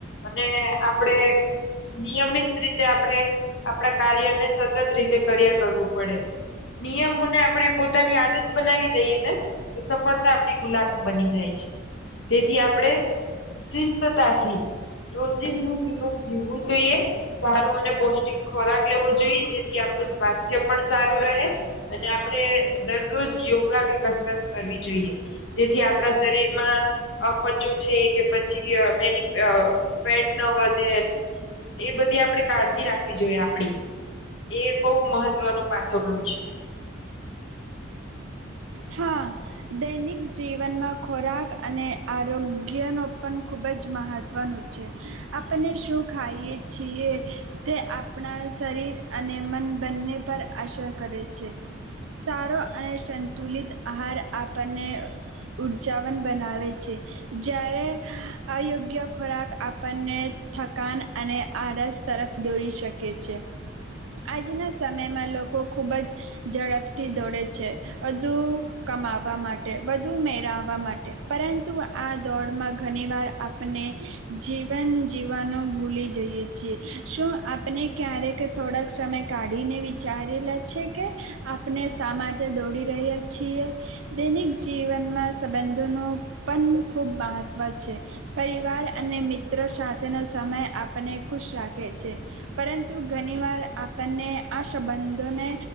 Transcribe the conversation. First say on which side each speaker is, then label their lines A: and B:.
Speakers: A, on the left (about 60°); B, on the right (about 80°).
A: અને આપણે નિયમિત રીતે આપણે આપણા કાર્ય સ રીતે કર્યા કરવું પડે નિયમોને આપણે પોતાની આદત બનાવી દઈએ ને તો સફળતા આપણી ગુલાબ બની જાય છે તેથી આપણે શિસ્તતાથી રોજનું જીવન જીવવું જોઈએ સારો અને પૌષ્ટિક ખોરાક લેવો જોઈએ જેથી આપણું સ્વાસ્થ્ય પણ સારું રહે અને આપણે દરરોજ યોગા કે કસરત કરવી જોઈએ જેથી આપણા શરીરમાં અપચો છે કે અ પછી બેનિ અ ફેટ ન વધે એ બધી આપણે કાળજી રાખવી જોઈએ આપળી. એ બહુ મહત્વનો પાસો ગણી શકાય.
B: હા દૈનિક જીવનમાં ખોરાક અને આરોગ્યનો પણ ખૂબ જ મહત્વનું છે આપને શું ખાઈએ છીએ તે આપણા શરીર અને મન બંને પર આસર કરે છે સારો અને સંતુલિત આહાર આપ તને અ ઉર્જાાવન બનાવે છે જ્યારે અયોગ્ય ખોરાક આપણને થકાન અને આળસ તરફ દોરી શકે છે આજના સમયમાં લોકો ખૂબ જ ઝડપથી દોડે છે વધુ કમાવ વા માટે વધુ મેરાવવા માટે. પરંતુ આ દોડમાં ઘણી વાર આપણે જીવન જી જીવવાનું ભૂલી જઈએ છીએ શું આપણે ક્યારેક થોડાક સમય કાઢીને વિચારેલા છે કે આપણે શા માટે દોડી રહ્યા છીએ? દૈનિક જીવનમાં સંબંધોનું પણ ખૂબ મહત્ત્વ છે પરિવાર અને મિત્રો સાથેનો સમય આપણને ખુશ રાખે છે પરંતુ ઘની વાર આપણને આ સંબંધોને